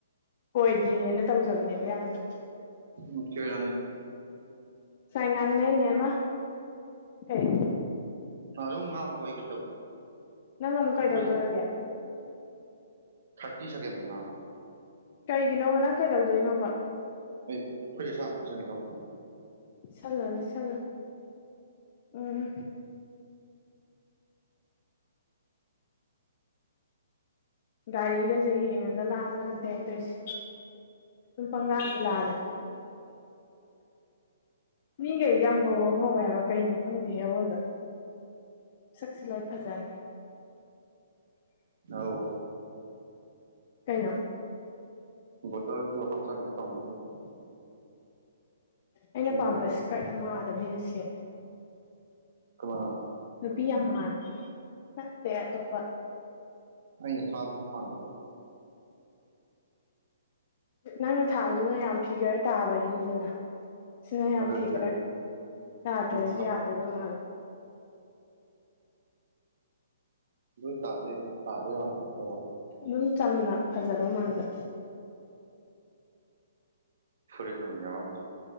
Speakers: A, on the left (about 45°); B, on the right (about 60°).
A: ꯀꯣꯏꯗ꯭ꯔꯤꯅꯦꯅ ꯇꯧꯖꯕꯅꯦꯕ ꯌꯥꯝꯅ꯫
B: <unintelligible>
A: ꯉꯁꯥꯏ ꯉꯥꯡꯅꯩꯅꯦ ꯑꯃ ꯀꯩ
B: ꯑꯗꯨꯝ ꯉꯥꯡꯉꯨꯀꯣ ꯑꯩ ꯀꯩꯅꯣ ꯇꯧꯒꯦ꯫
A: ꯅꯪ ꯑꯃꯨꯛ ꯀꯩꯗꯧꯗꯧꯔꯒꯦ?
B: ꯐꯨꯔꯤꯠ ꯊꯥꯔꯇꯤ ꯁꯀꯦꯟ ꯕꯥꯎ ꯉꯥꯡꯉꯣ꯫
A: ꯀꯩꯒꯤꯅꯣꯕ ꯅꯪ ꯀꯩꯗꯧꯗꯣꯏꯅꯣꯕ?
B: ꯑꯩ ꯐꯨꯔꯤꯠ ꯑꯁꯥꯡꯕ ꯂꯤꯁꯟꯒꯦ ꯇꯧꯅꯦ꯫
A: ꯂꯤꯁꯜꯂꯣ-ꯂꯤꯁꯜꯂꯣ ꯎꯝ꯫ ꯒꯥꯔꯤꯒꯁꯦ ꯌꯦꯡꯉꯒ ꯂꯥꯟꯕ ꯅꯠꯇꯦ ꯑꯩꯅ ꯇꯧꯔꯤꯁꯦ꯫ ꯑꯗꯨꯝ ꯄꯪꯂꯥꯟꯗ ꯂꯥꯜꯂꯦ꯫ ꯃꯤꯒꯩꯁꯦ ꯌꯥꯝ ꯉꯧꯔꯣꯛ ꯉꯧꯋꯦ ꯍꯥꯏꯕ ꯀꯩꯅꯣ ꯈꯪꯗꯦꯍꯦ ꯑꯋꯣꯏꯕ꯫ ꯁꯛꯁꯤ ꯂꯣꯏ ꯐꯖꯅꯩ꯫
B: ꯑꯧ
A: ꯀꯩꯅꯣ?
B: ꯕꯣꯇꯜꯁꯨ ꯍꯥꯞꯆꯪꯒꯦ ꯇꯧꯅꯦ ꯕꯦꯛꯇ꯫
A: ꯑꯩꯅ ꯄꯥꯝꯕ
B: ꯈꯔ
A: ꯏꯁꯀ꯭ꯔꯠ ꯑꯃ ꯑꯥꯗ ꯃꯤꯅ ꯁꯦꯠꯂꯦ꯫
B: ꯀꯅꯥꯅ?
A: ꯅꯨꯄꯤ ꯌꯥꯝ ꯃꯥꯜꯂꯦ ꯅꯠꯇꯦ ꯑꯇꯣꯞꯄ
B: ꯑꯩꯅ ꯊꯥꯕꯗꯨꯁꯨ ꯃꯥꯟꯗ꯭ꯔꯣ?
A: ꯅꯪꯅ ꯊꯥꯕꯗꯨꯅ ꯌꯥꯝ ꯐꯤꯒꯔ ꯇꯥꯕꯒꯤꯅꯤꯗꯅ꯫ ꯁꯤꯅ ꯌꯥꯝ
B: ꯑꯗꯨꯅꯤ
A: ꯐꯤꯒꯔ ꯇꯥꯗ꯭ꯔꯁꯨ
B: ꯀꯩꯅꯣ
A: ꯌꯥꯗꯣꯏꯕ ꯃꯥꯜꯂꯦ꯫
B: ꯂꯣꯏ ꯇꯥꯗꯣꯏꯅꯤꯗ ꯇꯥꯗ <unintelligible>
A: ꯑꯗꯨꯝ ꯆꯝꯅ ꯐꯖꯕ ꯃꯥꯟꯕ꯫
B: ꯐꯨꯔꯤꯠ ꯑꯃ ꯌꯥꯎꯔꯝꯗ꯭ꯔꯦ